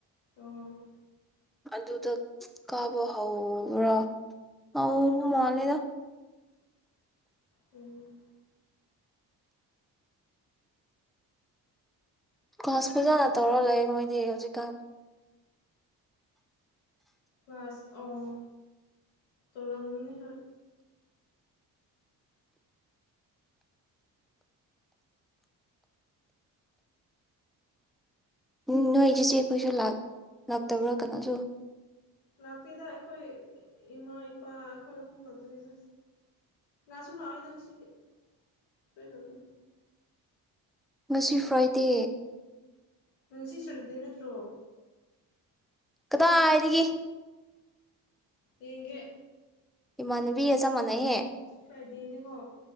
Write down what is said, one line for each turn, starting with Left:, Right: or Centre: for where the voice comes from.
Left: ꯎ
Centre: ꯑꯗꯨꯗ ꯀꯥꯕ ꯍꯧꯕ꯭ꯔꯥ ꯑ ꯃ ꯃꯥꯜꯂꯦꯗ
Left: ꯎꯝ
Centre: ꯀ꯭ꯂꯥꯁ ꯐꯖꯥꯅ ꯇꯧꯔ ꯂꯩ ꯃꯣꯏꯗꯤ ꯍꯧꯖꯤꯛꯀꯥꯟ
Left: ꯋꯥꯁ ꯑꯣ ꯇꯔꯝꯅꯤ ꯍ
Centre: ꯎꯝ ꯅꯣꯏꯒꯤꯁꯤ ꯀꯁꯨ ꯂꯥꯛ ꯂꯥꯛꯇꯕ꯭ꯔꯥ ꯀꯅꯥꯁꯨ
Left: ꯂꯥꯛꯇꯗ ꯑꯩꯈꯣꯏ ꯏꯃꯥ ꯏꯄꯥ ꯑꯩꯈꯣꯏ ꯑꯈꯨꯝ ꯈꯠꯇꯅꯤꯗ ꯅꯥꯁꯨ ꯂꯥꯛꯑꯣꯏꯗꯪ ꯁꯤꯗꯤ ꯀꯣꯏ ꯈꯅꯤ
Centre: ꯉꯁꯤ ꯐ꯭ꯔꯣꯏꯇꯦ
Left: ꯅꯨꯡꯁꯤ ꯁꯔꯗꯤ ꯅꯠꯇ꯭ꯔꯣ
Centre: ꯀꯗꯥꯏ ꯍꯥꯏꯔꯤꯒꯦ
Left: ꯌꯦꯒꯦ
Centre: ꯏꯃꯅꯕꯤ ꯆ ꯃꯅꯦꯍꯦ
Left: ꯐ꯭ꯔꯥꯏꯗꯦꯅꯦꯀꯣ